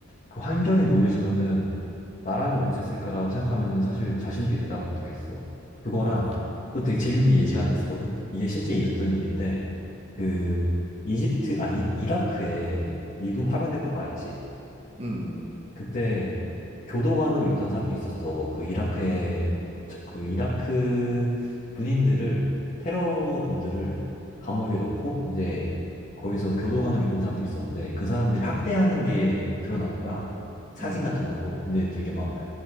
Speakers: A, on the left; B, on the right.
A: 그 환경에 놓여지면은 나라면 어땠을까라고 생각하면은 사실 자신 있게 대답 못 하겠어. 그거랑
B: 음,
A: 또 되게 재밌는 예시가 하나 있었거든. 이게 실제 있었던 일인데 그 이집트 아 이, 라크에 미군 파병됐던 거 알지?
B: 음,
A: 그때 교도관으로 있던 사람도 있었어. 그 이라크에
B: 음.
A: 처- 그 이라크 군인들을 테러범들을 감옥에 넣고 이제 거기서 교도관으로 있던 사람들이 있었는데 그 사람들이 학대하는
B: 음,
A: 게 드러난 거야. 사진
B: 음,
A: 같은 걸로. 근데 되게 막
B: 음,